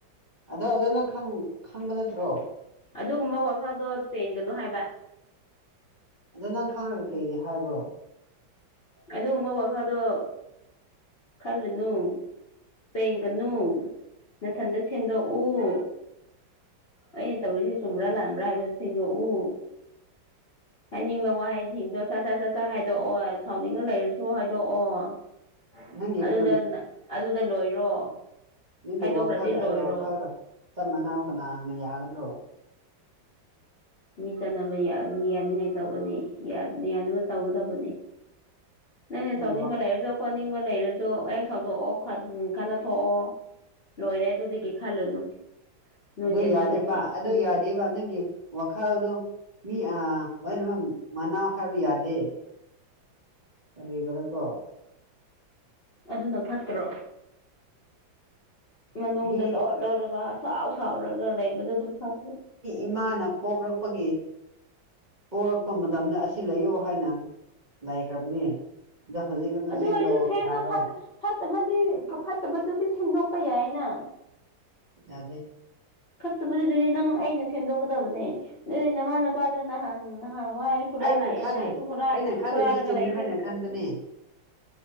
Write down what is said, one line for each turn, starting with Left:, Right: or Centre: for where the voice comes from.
Right: ꯑꯗꯣ ꯑꯗꯣ ꯅꯪ ꯈꯪꯕ ꯅꯠꯇ꯭ꯔꯣ
Left: ꯑꯗꯨꯒꯨꯝꯕ ꯋꯥꯈꯜꯗꯣ ꯆꯦꯟꯒꯅꯨ ꯍꯥꯏꯕ
Right: ꯑꯗꯣ ꯅꯪ ꯈꯪꯉꯒꯦ ꯀꯩꯒꯤ ꯍꯥꯏꯕ꯭ꯔꯣ
Left: ꯑꯗꯨꯒꯨꯝꯕ ꯋꯥꯈꯜꯗꯣ ꯈꯜꯂꯨꯅꯨ ꯄꯦꯡꯒꯅꯨ ꯅꯊꯟꯗ ꯁꯦꯝꯗꯣꯛꯎ ꯑꯩꯅ ꯇꯧꯔꯤꯁꯤ ꯆꯨꯝꯕ꯭ꯔꯥ ꯂꯥꯥꯟꯕ꯭ꯔꯥ ꯍꯥꯏꯕꯁꯤꯡꯗꯣꯛꯎ ꯍꯥꯏꯅꯤꯡꯕ ꯋꯥꯍꯩ ꯊꯤꯡꯗꯣ ꯁꯠ ꯁꯠ ꯁꯠ ꯁꯠ ꯍꯥꯏꯗꯣꯛꯑꯣ ꯁꯥꯎꯅꯤꯡꯉ ꯂꯩꯔꯁꯨ ꯍꯥꯏꯗꯣꯛꯑꯣ
Right: ꯅꯪꯒꯤ
Left: ꯑꯗꯨꯗ
Right: ꯄꯨꯟ
Left: ꯑꯗꯨꯗ ꯂꯣꯏꯔꯣ
Right: ꯅꯪꯒꯤ
Left: ꯍꯥꯏꯗꯣꯛꯈ꯭ꯔꯗꯤ
Right: ꯋꯥꯈꯜꯒ
Left: ꯂꯣꯏꯔꯣ
Right: ꯑꯩꯒꯤ ꯋꯥꯈꯜꯒ ꯆꯞ ꯃꯥꯟꯅꯕ ꯀꯅꯥꯅ ꯌꯥꯒꯗ꯭ꯔꯣ
Left: ꯃꯤ ꯆꯠꯅꯕ ꯌꯥꯅꯤꯡꯉꯥꯏ ꯇꯧꯕꯅꯤ ꯌꯥꯅꯕ ꯇꯧꯒꯗꯕꯅꯤ ꯅꯪꯅꯦ
Right: ꯅꯪꯒꯤ
Left: ꯁꯥꯎꯅꯤꯡꯕ
Right: ꯋꯥꯈꯜ
Left: ꯂꯩꯔꯁꯨ ꯈꯣꯠꯅꯤꯡꯕ ꯂꯩꯔꯁꯨ ꯍꯦꯛ ꯁꯧꯗꯣꯛꯑꯣ ꯈꯅ ꯊꯣꯛꯑꯣ ꯂꯣꯏꯔꯦ ꯑꯗꯨꯗꯒꯤ ꯈꯜꯂꯨꯅꯨ ꯅꯣꯏꯗꯤ
Right: ꯑꯗꯨ ꯌꯥꯗꯦꯕ
Left: ꯅꯠꯇꯦ
Right: ꯑꯗꯨ ꯌꯥꯗꯦꯕ ꯅꯪꯒꯤ ꯋꯥꯈꯜꯗꯣ ꯃꯤ ꯑ ꯂꯣꯏꯅꯃꯛ ꯃꯅꯥꯎ ꯍꯥꯏꯕ ꯌꯥꯗꯦ ꯑꯔꯤꯒꯅꯀꯣ
Left: ꯑꯗꯨꯅ ꯐꯠꯇ꯭ꯔꯣ ꯃꯅꯨꯡꯗ
Right: ꯃꯤ
Left: ꯂꯣꯏꯠ ꯂꯣꯏꯔꯒ ꯁꯥꯎ ꯁꯥꯎꯔꯒ ꯂꯩꯕꯗꯨ ꯑꯗꯨ ꯐꯠꯇ꯭ꯔꯦ
Right: ꯏꯃꯥꯅꯞ ꯄꯣꯛꯂꯛꯄꯒꯤ ꯄꯣꯔꯛꯄ ꯃꯇꯝꯗ ꯑꯁꯤ ꯂꯩꯌꯣ ꯍꯥꯏꯅ ꯂꯩꯈ꯭ꯔꯕꯅꯦ ꯑꯗꯣ ꯍꯧꯖꯤꯛꯀ ꯑꯗꯨꯝ
Left: ꯑꯗꯨ
Right: ꯁꯦꯝꯗ
Left: ꯑꯣꯏꯔꯁꯨ ꯁꯦꯝꯗꯣ
Right: ꯌꯥꯔꯣꯏ
Left: ꯐꯠꯇꯕꯗꯤ ꯐꯠꯇꯕꯗꯨꯗꯤ ꯁꯦꯝꯗꯣꯛꯄ ꯌꯥꯏꯅ
Right: ꯌꯥꯗꯦ
Left: ꯐꯠꯇꯕꯗꯨ ꯑꯗꯨꯗꯤ ꯅꯪ ꯑꯩꯅ ꯁꯦꯝꯗꯣꯛꯀꯗꯕꯅꯦ ꯑꯗꯨꯗꯤ ꯅꯃꯥ ꯅꯄꯥꯗ ꯅꯍꯥꯟ ꯅꯍꯥꯟ ꯋꯥꯏ ꯍꯨꯔꯥꯜꯂꯛꯑꯦꯅ
Right: ꯑꯩꯅ ꯈꯜꯂꯤꯦ
Left: ꯑꯩꯁꯨ ꯍꯨꯔꯥꯜ
Right: ꯑꯩꯅ ꯈꯜꯂꯤꯁꯨ
Left: ꯍꯨꯔꯥꯜꯂꯒ
Right: ꯆꯨꯝꯃꯦ
Left: ꯂꯩꯗꯣ
Right: ꯍꯥꯏꯅ ꯈꯟꯕꯅꯦ